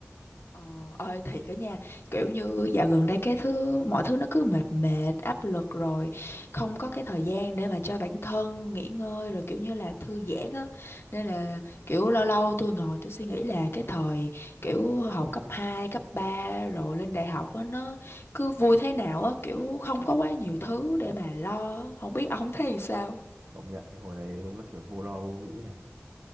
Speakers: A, on the left; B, on the right.
A: Ờ ơi thiệt cả nha, kiểu như dạo gần đây cái thứ mọi thứ nó cứ mệt mệt, áp lực rồi không có cái thời gian để mà cho bản thân nghỉ ngơi rồi kiểu như là thư giãn á. Nên là kiểu lâu lâu tôi ngồi tôi suy nghĩ là cái thời kiểu học cấp 2, cấp 3 rồi lên đại học á nó cứ vui thế nào á, kiểu không
B: ừ,
A: có quá nhiều thứ để mà lo, không biết ông thấy sao?
B: công nhận cái hồi đấy đúng là kiểu vô lo vô nghĩ nhỉ